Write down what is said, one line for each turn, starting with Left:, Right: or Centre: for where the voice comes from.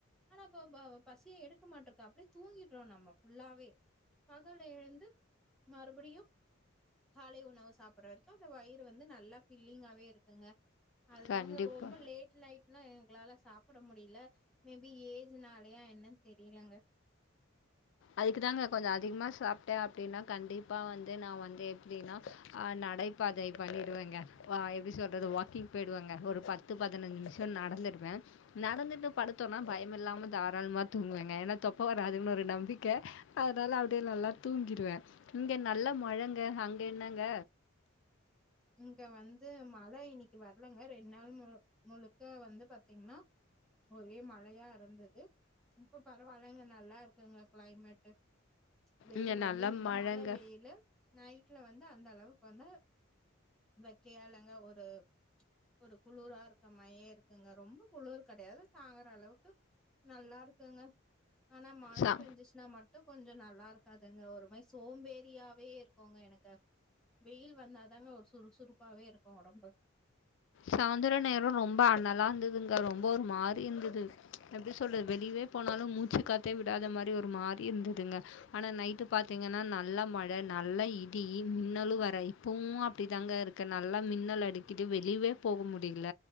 Centre: ஆனா இப்ப பசியே எடுக்க மாட்டருக்கு அப்டியே தூங்கீர்றோ நம்ம ஃபுல்லாவே பகல்ல எழுந்து மறுப் படியு காலை உணவு சாப்பிடுற வரைக்கு அந்த வயிறு வந்து நல்லா பில்லிங்காவே இருக்குங்க அதுதாங்க
Left: கண்டிப்பா.
Centre: ரொம்ப லேட் நைட்னா எங் எங்களால சாப்ட முடியல மேபி ஏஜ்னாலயா என்னன்னு தெரியலங்க
Left: அதுக்கு தாங்க கொஞ்சோ அதிகமா சாப்ட்டே அப்டின்னா கண்டிப்பா வந்து நா வந்து எப்டின்னா ஆ நா நடைபாதை பண்ணிடுவேங்க வா எப்படி சொல்றது வாக்கிங் போயிடுவங்க ஒரு பத்து பதினஞ்சு நிமிஷம் நடந்து ருவே நடந்துட்டு படுத்தோன்னா பயம்மில்லாம தாராளமா தூங்குவேங்க என்னா தொப்ப வராதுன்னு ஒரு நம்பிக் க அதனால அப்டியே நல்லா தூங்கிடுவே இங்க நல்ல மழங்க அங்க என்னங்க
Centre: இங்க வந்து மழை இன்னிக்கி வரலங்க ரெண் நாள் மு முழுக்க வந்து பாத்தீங்கன்னா ஒரே மழையா இருந்தது இப்ப பரவாயில்ல இங்க நல்லா இருக்குங்க கிளைமேட்டு வெயில்
Left: இங்க நல்ல
Centre: வந்து மிதமான
Left: மழங்க.
Centre: வெயிலு நைட்ல வந்து அந்த அளவுக் வந்தா வெக்கையால்லங்க ஒரு ஒரு குளுரா இருக்க மாயே இருக்குங்க ரொம்ப குளுரு கெடையாது தாங்குற அளவுக்கு நல்லா இருக்குங்க ஆனா மழ
Left: சா
Centre: பெஞ்சுச்சுனா மட்டு கொஞ்சோ நல்லா இருக்காதுங்க ஒரு மாரி சோம்பேரியாவே இருக்குங்க எனக்கு வெயில் வந்தா தாங்க ஒரு சுறுசுறுப்பாவே இருக்கு ஒடம்பு
Left: சாந்தர நேர ரொம்ப அனலா இருந்ததுங்க ரொம்ப ஒரு மாரி இருந்தது எப்டி சொல்றது வெளியவே போனாலு மூச்சு காத்தே விடாத மாரி ஒரு மாரி இருந்ததுங்க ஆனா நைட்டு பாத்தீங்கனா நல்ல மழ நல்ல இடி மின்னலு வர இப்பவு அப்டி தாங்க இருக்கு நல்லா மின்னல் அடிக்குது வெளிய்வே போக முடியில